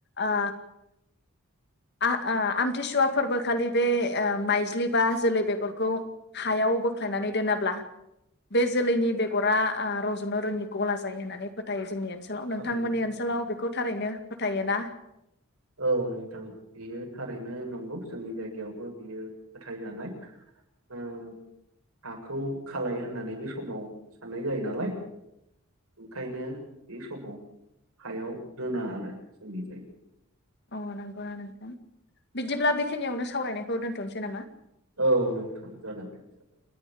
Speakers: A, on the left (about 50°); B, on the right (about 85°).
A: ओ आ ओ आमथिसुवा फोरबोखालि बे ओ माइज्लि बा जोलै बेगरखौ हायाव बोख्लायनानै दोनाब्ला बे जोलैनि बेगरा ओ रज'नो रोंङि गला ज जायो होननानै फोथायो जोंनि ओनसोलाव
B: खालाय
A: नोंथांमोननि ओनसोलाव
B: औ
A: बेखौ थारैनो फोथायोना?
B: औ नोंथां बेयो थारैनो नंगौ जोंनि जायगायावबो बियो फोथायजानाय ओ हाखौ खालाय होननानै बे समाव साननाय जायो नालाय ओंखायनो बे समाव हायाव दोना आरो जोंनि जायगायाव।
A: अ नंगौना नोंथां बिदिब्ला बेखिनियावनो सावरायनायखौ दोन्थ'नोसै नामा?
B: औ नोंथां जागोन दे जागोन।